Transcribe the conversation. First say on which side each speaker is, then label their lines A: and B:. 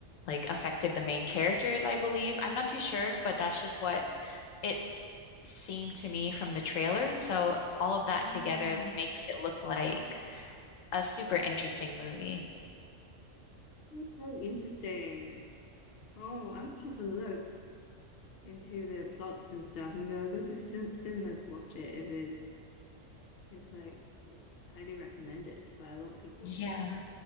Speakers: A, on the left; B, on the left.
A: like affected the main characters, I believe. I'm not too sure, but that's just what it seemed to me from the trailer. So all of
B: Mm,
A: that together makes it look like a super interesting movie.
B: sounds really interesting. Oh, I'm gonna have a look into the plots and stuff. Maybe I'll go to cin cinema to watch it if it's it's like highly recommended by a lot of people.
A: Yeah.